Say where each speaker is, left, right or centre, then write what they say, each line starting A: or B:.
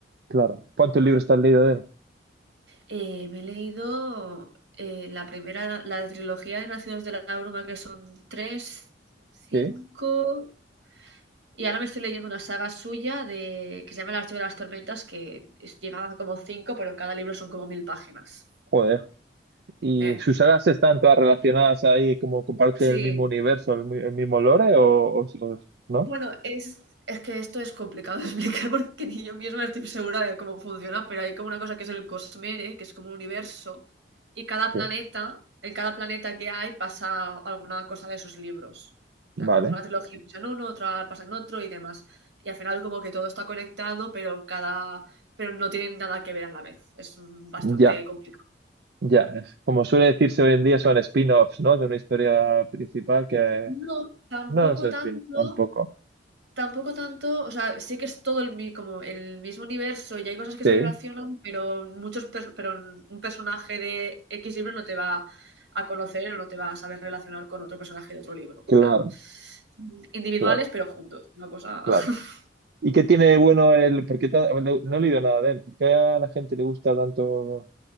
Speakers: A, on the right (about 60°); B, on the right (about 80°).
A: claro. ¿Cuántos libros te has leído de él?
B: Eh, me he leído eh, la primera, la trilogía de Nacidos de la Bruma, que son tres, cinco,
A: Sí,
B: y ahora me estoy leyendo una saga suya de, que se llama El Archivo de las Tormentas, que es- llega a como cinco, pero cada libro son como mil páginas.
A: joder. ¿Y
B: Eh,
A: sus sagas están todas relacionadas ahí, como comparten
B: sí.
A: el mismo universo, el, mi- el mismo lore, o, o- o- no?
B: Bueno, es, es que esto es complicado de <laughs> explicar porque ni yo misma estoy segura de cómo funciona, pero hay como una cosa que es el cosmere, que es como un universo, y cada planeta,
A: Sí.
B: en cada planeta que hay pasa alguna cosa de sus libros.
A: Vale,
B: En plan, Una trilogía pasa en uno, otra pasa en otro y demás. Y al final como que todo está conectado, pero cada, pero no tienen nada que ver a la vez. Es mm, bastante
A: ya,
B: complicado.
A: ya. Es- Como suele decirse hoy en día, son spin-offs, ¿no? De una historia principal que
B: No, tampoco
A: no, no son
B: tanto,
A: spin-offs tampoco.
B: Tampoco tanto, o sea, sí que es todo el, mi- como el mismo universo y hay cosas que
A: Sí,
B: se relacionan, pero muchos per- pero un personaje de X libro no te va a conocer o no te va a saber relacionar con otro personaje de otro libro.
A: claro,
B: En plan, individuales
A: claro,
B: pero juntos, una cosa.
A: claro.
B: <laughs>
A: ¿Y qué tiene de bueno el...? ¿Por qué ta- no no he leído nada de él. ¿Por qué a la gente le gusta tanto